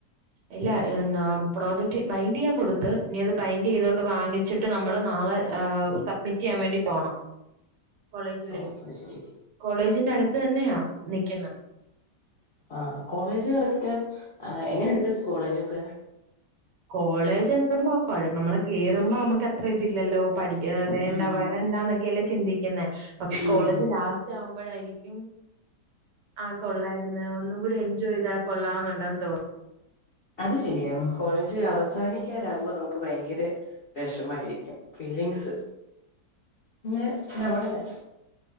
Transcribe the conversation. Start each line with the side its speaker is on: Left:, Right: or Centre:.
Right: ഇല്ല പ്രോജക്ട് ബൈൻഡ് ചെയ്യാൻ കൊടുത്ത് ഇനി അത് ബൈൻഡ് ചെയ്തോൊണ്ട് വാങ്ങിച്ചിട്ട് നമ്മള് െ സബ്മിറ്റ് ചെയ്യാൻ വേണ്ടി പോണം കോളേജില്ലേ
Left: ഓ അത് ശരി
Right: കോളേജിന്റെ അടുത്ത് തന്നെയാ നിക്കുന്ന
Left: ആ കോളേജ് കറക്റ്റ് എങ്ങനെുണ്ട് കോളേജ്ൊക്കെ
Right: കോളേജ്, എന്തപ്പകുഴപ്പം നമ്മളുകേറുമ്പോ നമ്മുക്കത്രഇതില്ലല്ലോ. പഠിക്കാ വേണ്ട,
Left: ഉം
Right: വരണ്ടാന്നൊക്കെയല്ലേ ചിന്തിക്കുന്നേ, പക്ഷേ കോളേജ്
Left: ഉം
Right: ലാസ്റ്റാകുമ്പം മ്പോളായിരിക്കും ആ.. കൊള്ളായിരുന്നു. ഒന്നുകൂടി എൻജോയ് ചെയ്താൽ കൊള്ളാവെന്നുണ്ടെന്നു തോന്നുന്നു.
Left: അതേശരിയാണ്, കോളേജ് അവസാനിക്കാനാകുമ്പോ നമുക്ക്ഭയങ്കരവിഷ മമായിരിക്കും. ലിങ്ക്സ്
Right: <unintelligible>
Left: ഇന്ന് ശവമടക്കാ